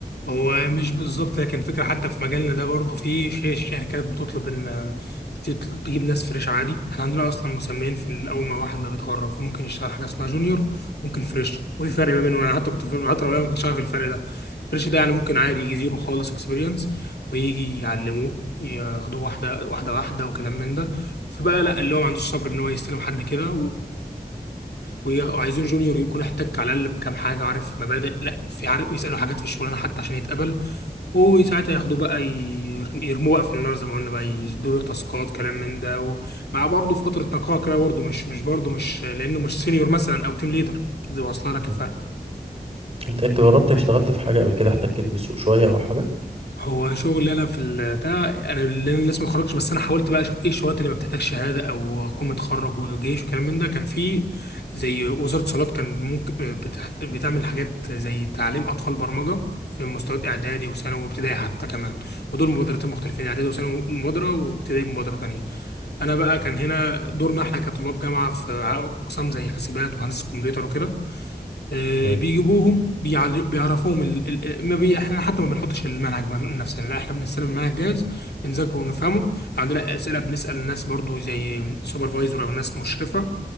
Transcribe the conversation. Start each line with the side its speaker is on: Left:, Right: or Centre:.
Left: هو مش بالظبط لكن فكرة حتى في مجالنا ده برضه في ش- شركات بتطلب ان بتطل- بتجيب ناس فريش عادي احنا عندنا اصلا مسميين في ال- اول ما واحد ما بيتخرج فممكن يشتغل حاجه اسمها جونيور ممكن فريش وفي فرق ما بينهم انا حتى كنت في الفتره الاولى ما كنتش عارف الفرق ده فريش ده يعني ممكن عادي يجي زيرو خالص اكسبيرينس ويجي يعلموه ياخدوه واحده واحده واحده وكلام من ده فبقى لا اللي هو ما عندوش صبر ان هو يستلم حد كده ويغ- وعايزين جونيور يكون احتك على الاقل بكام حاجه عارف مبادئ لا في عارف يسالوا حاجات في الشغلانه حتى عشان يتقبل وساعتها ياخدوه بقى ير- يرموه بقى في النار زي ما قلنا بقى يدوا له تاسكات كلام من ده ومع برضه فتره نقاهه كده برضه مش مش برضه مش لانه مش سينيور مثلا او تيم ليدر كده واصله لك
Right: مم.
Left: الفرق
Right: انت انت جربت اشتغلت في حاجه قبل كده احتكيت بالسوق شويه او حاجه
Left: هو شغلي انا في ال- ده انا لأن لسه ما اتخرجتش بس انا حاولت بقى اشوف ايه الشغلات اللي ما بتحتاجش شهاده او اكون متخرج وجيش وكلام من ده كان في زي وزاره اتصالات كان ممكن بتحت- بتعمل حاجات زي تعليم اطفال برمجه في مستويات اعدادي وثانوي وابتدائي حتى كمان ودول مبادرتين مختلفين اعدادي وثانوي مبادره وابتدائي مبادره تانيه انا بقى كان
Right: مم.
Left: هنا دورنا احنا كطلاب جامعه في ع- اقسام زي حاسبات وهندسه كمبيوتر وكده آه،
Right: تمام.
Left: بيجيبوهم بيعل- بيعرفوهم ال... ال... ما بي... احنا حتى ما بنحطش المنهج من نفسنا لا احنا بنستلم المنهج جاهز بنذاكره ونفهمه لو عندنا اسئله بنسال الناس برضو زي سوبرفايزر او ناس مشرفه